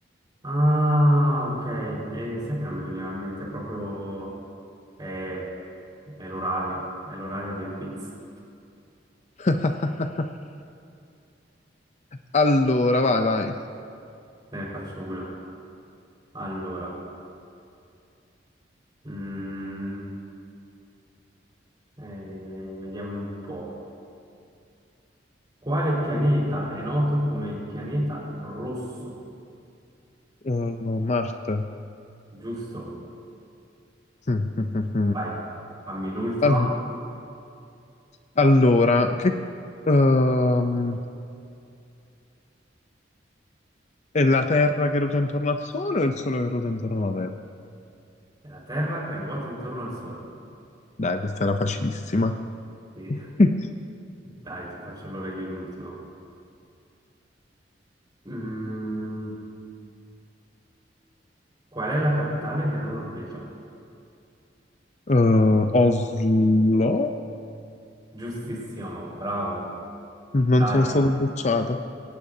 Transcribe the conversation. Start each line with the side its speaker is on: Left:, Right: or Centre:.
Right: Ah, ok, e sai che non mi veniva in mente proprio... eh, è l'orario, è l'orario del quiz.
Left: <laughs> Allora, vai, vai.
Right: Te ne faccio una. Allora, mm, eh, vediamo un po'. Quale pianeta è noto come il pianeta rosso?
Left: Eh, no, Marte.
Right: Giusto?
Left: <laughs>
Right: Vai, fammi l'ultima.
Left: Al- Allora, che... ehm, È la Terra che ruota intorno al Sole o il Sole che ruota intorno alla Terra?
Right: È la Terra che ruota intorno al Sole.
Left: Dai, questa era facilissima.
Right: Sì.
Left: <laughs>
Right: Dai, ti faccio allora io l'ultima. Mm, qual è la capitale della Norvegia?
Left: Eh, Oslo?
Right: Giustissimo, bravo.
Left: Non
Right: Dai,
Left: sono stato bocciato.